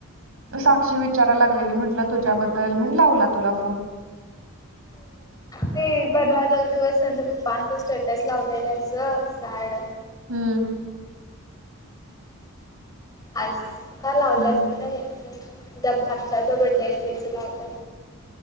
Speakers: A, on the right; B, on the left.
A: साक्षी विचाराय लागलेली म्हटलं तुझ्याबद्दल, म्हणून लावला तुला फोन.
B: ती परवा दोन दिवस त्यांचं पप्पांचं स्टेटस लावलेलं अस, सॅड
A: हम्म,
B: आज, का लावल्यासारख्या
A: हम्म
B: हेच त्या भाच्याच बडडे आहे त्याच लावल्या,